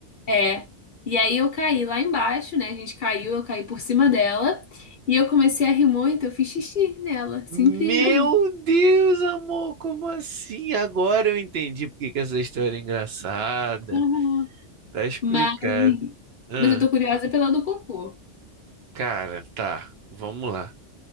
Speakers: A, on the left (about 50°); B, on the right (about 65°).
A: É. E aí eu caí lá embaixo, né? A gente caiu, eu caí por cima dela e eu comecei a rir muito, eu fiz xixi nela,
B: meu
A: simplesmente.
B: Deus, amor, como assim? Agora eu entendi por que que essa história é engraçada.
A: Aham.
B: Tá explicado.
A: Mas,
B: Ah,
A: mas eu tô curiosa pela do cocô.
B: cara, tá, vamos lá.